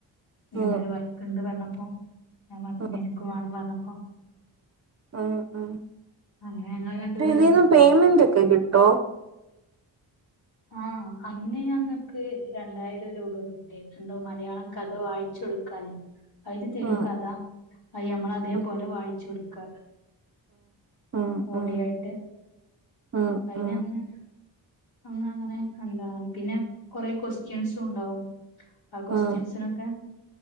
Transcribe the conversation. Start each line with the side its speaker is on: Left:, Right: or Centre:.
Left: ഇങ്ങനെ
Right: ഉം
Left: ഒരു വർക്ക്ണ്ട് പർണപ്പോ ഞാൻ പർണു
Right: ഉം
Left: തിൻക്ക് വാണം പർണപ്പോ
Right: ഉം ഉം
Left: അങ്ങനെ ഞങ്ങൾ രണ്ടുപേരും
Right: തിതിന്ന് പേമെന്റ് ഒക്കെ കിട്ടോ
Left: ആ അന്ന് ഞങ്ങക്ക് രണ്ടായിരം രൂപ കിട്ടീറ്റ്ണ്ട് മലയാളം കഥ വായിച്ചു കൊടുക്കാനെ അയ്‌ല് തരും
Right: ഉം
Left: കഥ അയ്യമ്മൾ അതേപോലെ
Right: ഉം
Left: വായിച്ചൊട്ക്ക
Right: ഉം
Left: ഓടിയായിട്ട്
Right: ഉം ഉം
Left: അയിനന്ന്
Right: ഉം
Left: അങ്ങ അങ്ങനെ ഉണ്ടാവും പിന്നെ കൊറെ ക്വസ്റ്റ്യൻസും ഉണ്ടാവും ആ ക്വസ്റ്റ്യൻസിനൊക്കെ
Right: ഉം ഉം